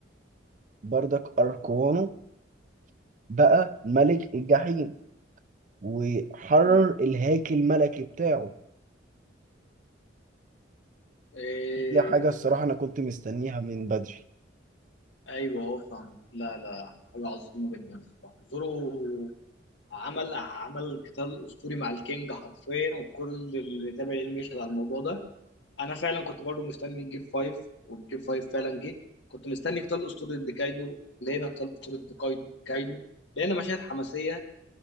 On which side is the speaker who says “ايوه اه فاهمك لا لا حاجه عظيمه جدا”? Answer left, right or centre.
Left